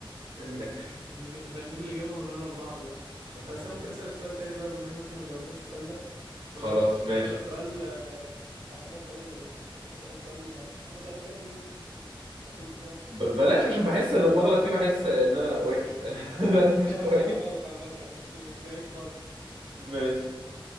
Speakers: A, on the right; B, on the right.
A: فنبقى
B: الم-
A: نجيب الإجابة ونقولها لبعض بقى
B: <laughs>
A: بس ممكن أسألك سؤال تاني بقى بما ان احنا ما جاوبناش السؤال ده تمام
B: خلاص ماشي
A: هسألك سؤال آه، هسألك سؤال ايه تحب أسألك سؤال تحب أسألك سؤال ديني بسيط كده
B: ب- بلاش عشان بحس لما اغلط فيه بحس ان انا وحش <laughs> لا
A: <laughs>
B: ده مش
A: لا
B: كويس
A: سهل خالص عامة مش مش بعيد خالص
B: ماشي